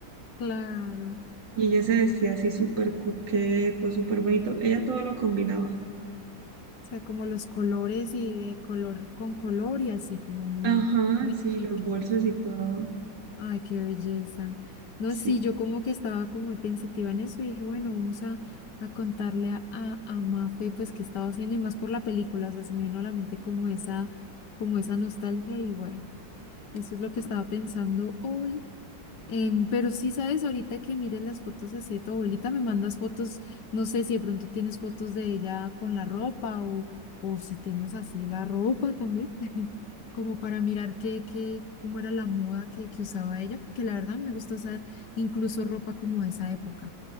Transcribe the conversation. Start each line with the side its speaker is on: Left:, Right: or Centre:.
Left: claro.
Right: Y ella se vestía así súper coqueto, súper bonito. Ella todo lo combinaba.
Left: O sea, como los colores y de color con color y así, como muy,
Right: Ajá,
Left: muy
Right: sí,
Left: chic.
Right: los bolsos y todo.
Left: Ay, qué belleza. No,
Right: Sí.
Left: sí, yo como que estaba como muy pensativa en eso y dije, bueno, vamos a, a contarle a, a, a Mafe pues qué estaba haciendo y más por la película, o sea, se me vino a la mente como esa, como esa nostalgia y bueno, eso es lo que estaba pensando hoy. Em, pero sí, sabes, ahorita que mires las fotos así de tu abuelita, me mandas fotos, no sé si de pronto tienes fotos de ella con la ropa o, o si tienes así la ropa también, <laughs> como para mirar qué, qué, cómo era la moda que, que usaba ella, porque la verdad me gusta usar incluso ropa como de esa época,